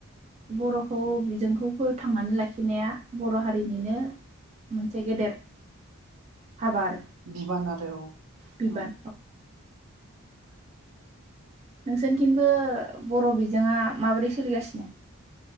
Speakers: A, on the right; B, on the right.
A: बर'खौ बिजोंखौ फोथांनानै लाखि नाया बर' हारिनिनो मोनसे गेदेर हाबा आरो
B: बिबान आरो औ अ
A: बिबान
B: उम
A: नोंसोरनिथिंबो बर' बिजोंआ माबोरै सोलिगासिनो